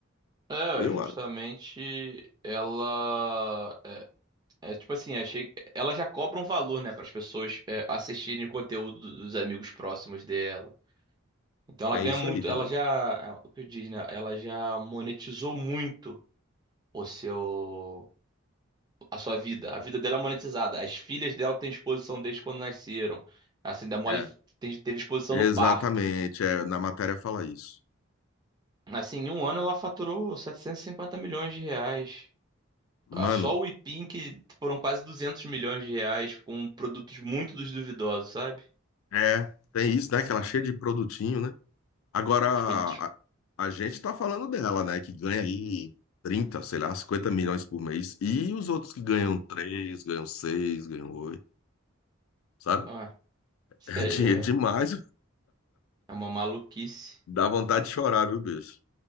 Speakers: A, on the right; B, on the left.
A: É,
B: Eu,
A: justamente
B: ah,
A: ela é, é tipo assim, achei ela já cobra um valor, né, para as pessoas é, assistirem o conteúdo do- dos amigos próximos dela. Então ela
B: tem
A: ganha
B: isso
A: muito,
B: aí também.
A: ela já, é, o que eu diz, né, ela já monetizou muito o seu a sua vida. A vida dela é monetizada. As filhas dela têm exposição desde quando nasceram. Assim, da Molly
B: É,
A: te- teve exposição
B: exatamente.
A: no parto.
B: É, na matéria fala isso.
A: Assim, em um ano ela faturou 750 milhões de reais. Ah,
B: Mano,
A: Só o Ipin que foram quase 200 milhões de reais com produtos muito dos duvidosos, sabe?
B: é, tem isso, né? Que ela é cheia de produtinho, né? Agora,
A: Os produtos.
B: a, a gente tá falando dela, né? Que ganha aí 30 sei lá, 50 milhões por mês. E os outros que ganham 3 ganham 6 ganham 8 sabe?
A: Ah,
B: <laughs>
A: isso
B: É
A: daí
B: dinheiro
A: é,
B: demais.
A: é uma maluquice,
B: Dá vontade de chorar, viu, bicho?